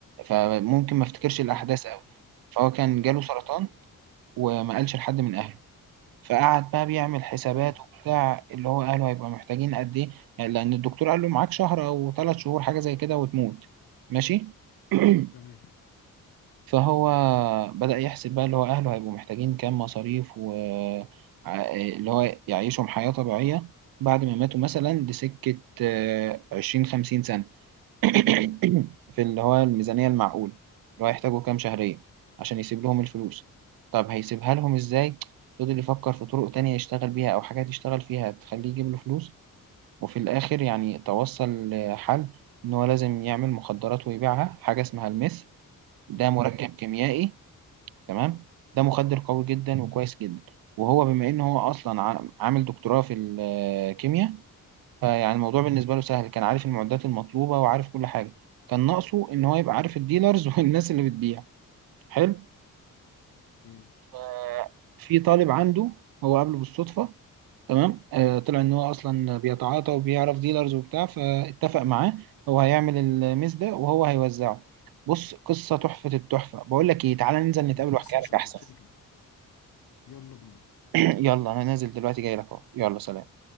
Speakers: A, on the right; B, on the left.
A: فممكن ما افتكرش الاحداث
B: مم.
A: قوي فهو كان جاله سرطان وما قالش لحد من اهله فقعد بقى بيعمل حسابات
B: تمام
A: وبتاع اللي هو قاله هيبقى محتاجين قد ايه يعني لان الدكتور قال له معاك شهر او ثلاث شهور حاجه زي كده وتموت ماشي <clears throat>
B: تمام
A: فهو بدأ يحسب بقى اللي هو اهله هيبقوا محتاجين كام مصاريف و ع- اللي هو يعيشهم حياه طبيعيه بعد ما ماتوا مثلا لسكه آه، عشرين خمسين سنه <clears throat> في اللي هو الميزانية المعقولة اللي هو هيحتاجوا كام شهريا عشان يسيب لهم الفلوس طب هيسيبها لهم ازاي فضل يفكر في طرق تانية يشتغل بيها أو حاجات يشتغل فيها تخليه يجيب له فلوس وفي الآخر يعني توصل لحل إن هو لازم يعمل مخدرات ويبيعها حاجة اسمها الميث ده
B: ايوه
A: مركب كيميائي تمام ده مخدر قوي جدا وكويس جدا وهو بما إن هو أصلا عا- عامل دكتوراه في الكيمياء فيعني الموضوع بالنسبة له سهل كان عارف المعدات المطلوبة وعارف كل حاجة كان ناقصه إن هو يبقى عارف الديلرز <laughs> والناس اللي بتبيع حلو
B: اوكي
A: آه، في طالب عنده هو قابله بالصدفة تمام آه طلع إن هو أصلا بيتعاطى وبيعرف ديلرز وبتاع فاتفق معاه هو هيعمل الميز ده وهو هيوزعه بص قصة تحفة التحفة بقول لك إيه تعالى ننزل
B: انت
A: نتقابل
B: اصلا
A: وأحكي لك
B: شوقتني
A: أحسن
B: كده يلا بينا
A: <clears throat> يلا أنا نازل دلوقتي جاي لك أهو يلا سلام